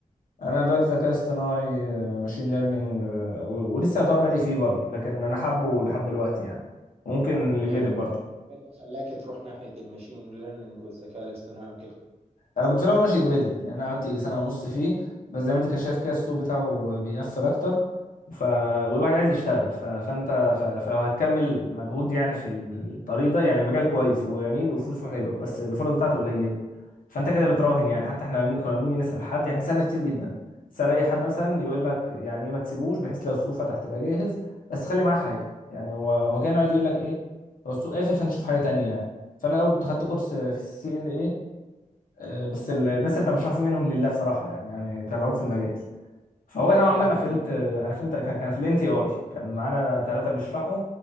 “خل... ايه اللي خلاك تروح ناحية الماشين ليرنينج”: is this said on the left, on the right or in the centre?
Right